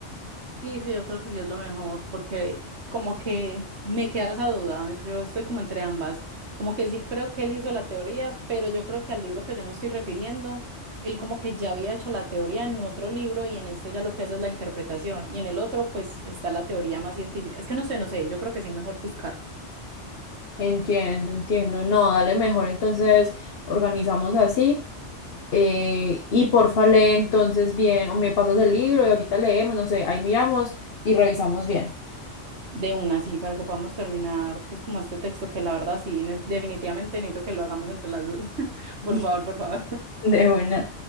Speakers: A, on the right; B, on the left.
A: sí, sí, yo creo que sí es lo mejor, porque como que me queda esa duda, yo estoy como entre ambas, como que sí creo que él hizo la teoría, pero yo creo que al libro que yo me estoy refiriendo, él como que ya había hecho la teoría en otro libro y en este ya lo que hace es la interpretación y en el otro pues está la teoría más científica. Es que no sé, no sé, yo creo que sí mejor buscar.
B: Entiendo, entiendo. No, dale mejor. Entonces, organizamos así. eh, y porfa, lee entonces bien, o me pasas el libro y ahorita leemos, no sé, ahí miramos y revisamos bien.
A: de una así para que podamos terminar pues como este texto que la verdad sí, ne- definitivamente necesito que lo hagamos entre las dos. <laughs>
B: <laughs>
A: Por favor, por favor.
B: De una.